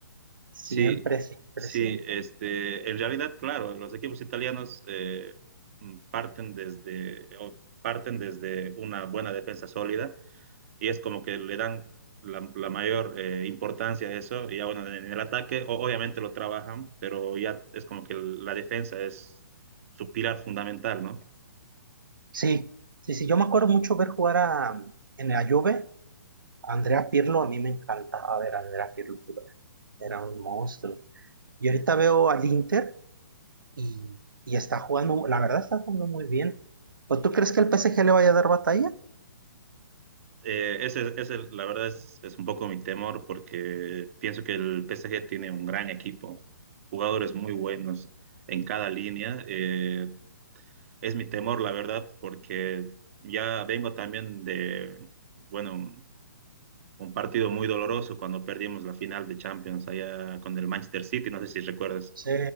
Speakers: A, on the right; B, on the right.
A: siempre,
B: Sí,
A: siempre,
B: sí,
A: siempre.
B: este, en realidad, claro, los equipos italianos eh, mm, parten desde, o parten desde una buena defensa sólida y es como que le dan la, la mayor eh, importancia a eso, y ya bueno, en el ataque o- obviamente lo trabajan, pero ya es como que la defensa es su pilar fundamental, ¿no?
A: Sí, sí, sí, yo me acuerdo mucho ver jugar a, en la Juve, a Andrea Pirlo, a mí me encantaba ver a Andrea Pirlo jugar, era un monstruo. Y ahorita veo al Inter y, y está jugando, la verdad está jugando muy bien. ¿O tú crees que el PSG le vaya a dar batalla?
B: Eh, ese, ese, la verdad es, es un poco mi temor porque pienso que el PSG tiene un gran equipo, jugadores muy buenos en cada línea. eh, es mi temor, la verdad, porque ya vengo también de, bueno, un partido muy doloroso cuando perdimos la final de Champions allá con el Manchester City, no sé si recuerdas.
A: Sí,